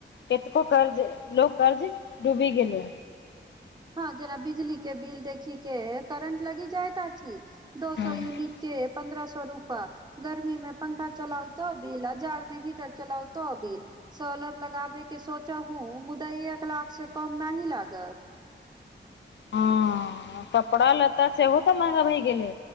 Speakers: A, on the left (about 70°); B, on the right (about 20°).
A: केतको कर्ज लोको कर्ज डूबि गेलै।
B: हँ जेना बिजली के बिल देखी के करेंट लगी जाय तऽ छी। दो
A: हँ
B: सौ यूनिट के पन्द्रह सौ रूपा। गर्मी में पंखा चलाउ तऽ बिल आ जाड़ मे हीटर चलाउ तऽ बिल। सोलर लगाबेके सोच हूँ मुदा एक लाख से कम नाहि लागत।
A: हँ कपड़ा लत्ता सेहो तऽ महगा भए गेलै।